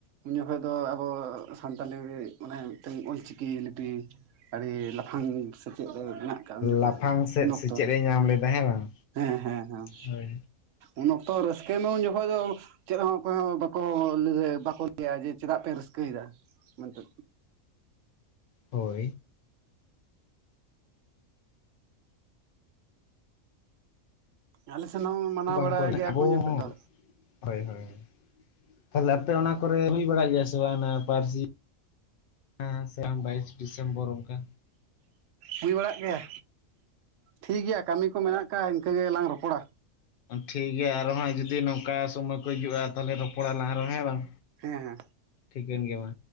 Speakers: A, on the right; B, on the left.
A: ᱩᱱ ᱡᱚᱠᱷᱚᱱ ᱫᱚ ᱟᱵᱚ ᱥᱟᱱᱛᱟᱞᱤ ᱢᱤᱫᱴᱮᱱ ᱚᱞᱪᱤᱠᱤ ᱞᱤᱯᱤ ᱟᱹᱰᱤ ᱞᱟᱯᱷᱟᱝ ᱥᱮᱪᱮᱫ ᱨᱮ ᱢᱮᱱᱟᱜ ᱠᱟ ᱩᱱ ᱡᱚᱠᱷᱡ
B: ᱞᱟᱯᱷᱟᱝ ᱥᱮᱫ
A: ᱩᱱ ᱚᱠᱛᱚ
B: ᱥᱮᱪᱮᱫ ᱮ ᱧᱟᱢ ᱞᱮᱫᱟ ᱦᱮᱸ ᱵᱟᱝ
A: ᱦᱮᱸᱻ ᱦᱮᱸᱻ ᱦᱮᱸᱻ᱾
B: ᱦᱳᱭ
A: ᱩᱱ ᱚᱠᱛᱚ ᱨᱮ ᱛᱮᱢᱚᱱ ᱡᱚᱠᱷᱚᱡ ᱫᱚ ᱪᱮᱫ ᱦᱚ ᱚᱠᱚᱭ ᱦᱚᱸ ᱵᱟᱠᱚ ᱵᱟᱠᱚ ᱞᱟᱹᱭᱟ ᱡᱮ ᱪᱮᱫᱟᱜ ᱯᱮ ᱨᱟᱹᱥᱠᱟᱹᱭ ᱫᱟ ᱢᱮᱱ ᱛᱮ᱾
B: ᱦᱳᱭ᱾
A: ᱟᱞᱮ ᱥᱮᱱ ᱦᱚᱸ ᱢᱟᱱᱟᱣ
B: ᱵᱟᱝᱠᱚ
A: ᱵᱟᱲᱟᱭ ᱜᱮᱭᱟ
B: ᱟᱵᱚ
A: ᱠᱚ ᱩᱱ ᱡᱚᱠᱷᱚᱡ
B: ᱦᱚᱸ
A: ᱫᱚ᱾
B: ᱦᱳᱭ ᱦᱳᱭ ᱛᱟᱦᱚᱞᱮ ᱟᱯᱮ ᱚᱱᱟ ᱠᱚᱨᱮ ᱦᱩᱭ ᱵᱟᱲᱟᱜ ᱜᱮᱭᱟ ᱥᱮ ᱵᱟᱝ ᱚᱱᱟ ᱯᱟᱹᱨᱥᱤ ᱦᱮᱸ ᱥᱮ ᱟᱢ ᱵᱟᱭᱤᱥ ᱰᱤᱥᱮᱢᱵᱚᱨ ᱚᱱᱠᱟ?
A: ᱦᱳᱭ ᱵᱟᱲᱟᱜ ᱜᱮᱭᱟ᱾ ᱴᱷᱤᱠ ᱜᱮᱭᱟ ᱠᱟᱹᱢᱤ ᱠᱚ ᱢᱮᱱᱟᱜᱼᱠᱟ ᱤᱱᱠᱟᱹ ᱜᱮᱞᱟᱝ ᱨᱚᱯᱚᱲᱟ᱾
B: ᱴᱷᱤᱠ ᱜᱮᱭᱟ, ᱟᱨᱚ ᱦᱟᱸᱜ ᱡᱩᱫᱤ ᱱᱚᱝᱠᱟ ᱥᱚᱢᱚᱭ ᱠᱚ ᱦᱤᱡᱩᱜᱼᱟ ᱛᱟᱦᱚᱞᱮ ᱨᱚᱯᱚᱲ ᱟᱞᱟᱝ ᱟᱨᱦᱚᱸ ᱦᱮᱸ ᱵᱟᱝ?
A: ᱦᱮᱸᱻ ᱦᱮᱸᱻ᱾
B: ᱴᱷᱤᱠᱟᱹᱱ ᱜᱮ ᱢᱟ᱾